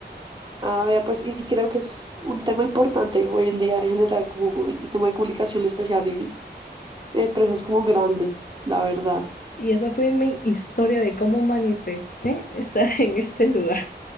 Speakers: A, on the right; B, on the left.
A: Ah, vea, pues, y creo que es un tema importante hoy en día en general, como el, el tema de comunicación especial en empresas como grandes, la verdad.
B: Y esa fue mi historia de cómo manifesté estar <laughs> en este lugar.